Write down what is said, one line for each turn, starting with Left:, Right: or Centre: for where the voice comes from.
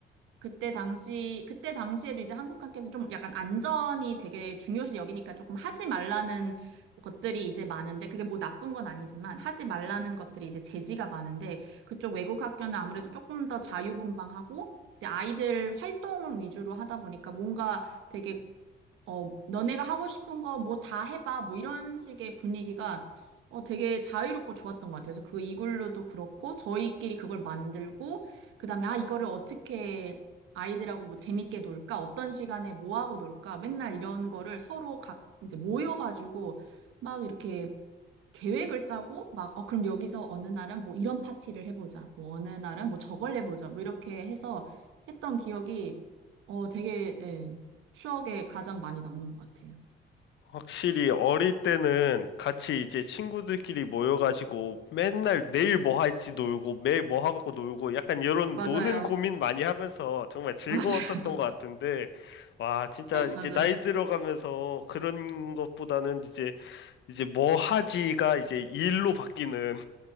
Right: 그때 당시, 그때 당시에도 이제 한국 학교에서 좀 약간 안전이 되게 중요시 여기니까 조금 하지 말라는 것들이 이제 많은데, 그게 뭐 나쁜 건 아니지만, 하지 말라는 것들이 이제 제지가 많은데, 그쪽 외국 학교는 아무래도 조금 더 자유분방하고, 이제 아이들 활동을 위주로 하다 보니까 뭔가 되게 어, 너네가 하고 싶은 거 뭐 다 해봐. 뭐 이런 식의 분위기가 어, 되게 자유롭고 좋았던 것 같아요. 그래서 그 이글루도 그렇고 저희끼리 그걸 만들고 그다음에 아, 이거를 어떻게 아이들하고 뭐 재밌게 놀까? 어떤 시간에 뭐 하고 놀까? 맨날 이런 거를 서로 각 이제 모여가지고 막 이렇게 계획을 짜고 막, 어, 그럼 여기서 어느 날은 뭐 이런 파티를 해보자. 뭐 어느 날은 뭐 저걸 해보자. 뭐 이렇게 해서 했던 기억이 어, 되게, 예, 추억에 가장 많이 남는 것 같아요.
Left: 확실히 어릴 때는 같이 이제 친구들끼리 모여가지고 맨날 내일 뭐 할지 놀고 매일 뭐 하고 놀고 약간 이런
Right: 맞아요.
Left: 노는 고민 많이 하면서 정말 즐거웠었던
Right: <laughs> 맞아요.
Left: 것 같은데 와 진짜 이제
Right: 맞아요.
Left: 나이 들어가면서 그런 것보다는 이제 이제 뭐 하지가 이제 일로 바뀌는